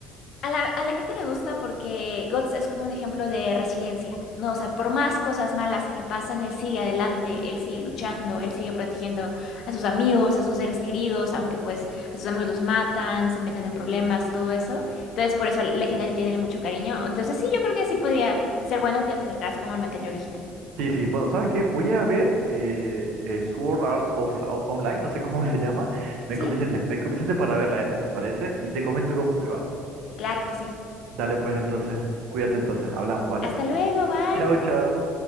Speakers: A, on the left; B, on the right.
A: A la, a la gente le gusta porque Guts es como un ejemplo de resiliencia, ¿no? O sea, por más cosas malas que le pasan, él sigue adelante, él sigue luchando, él sigue protegiendo a sus amigos, a sus seres queridos, aunque pues a sus amigos los matan, se meten en problemas, todo eso. Entonces, por eso la gente le tiene mucho cariño. Entonces, sí, yo creo que sí podría ser bueno que te acercaras como el material original.
B: Sí, sí, bueno, ¿sabes qué? Voy a ver eh, eh, Sword Art Off- O- Online, no sé cómo se llama. Me
A: ¿Sí?
B: convenciste, me convenciste para verla esa, ¿te parece? Y te comento cómo me va.
A: Claro que sí.
B: Dale, pues entonces, cuídate entonces, hablamos, ¿vale?
A: Hasta luego, bye.
B: Chao, chao.